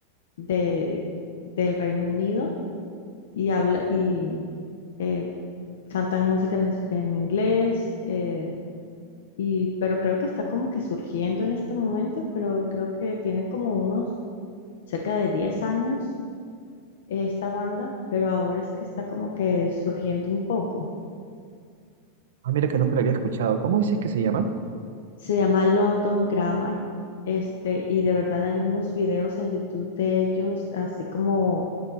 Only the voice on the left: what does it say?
de, del Reino Unido y, habla, y eh, cantan música en, es- en inglés, eh, y, pero creo que está como que surgiendo en este momento, pero creo que tiene como unos cerca de diez años eh, esta banda, pero ahora es que está como que surgiendo un poco.
Se llama London Grammar, este, y de verdad hay unos videos en YouTube de ellos, así como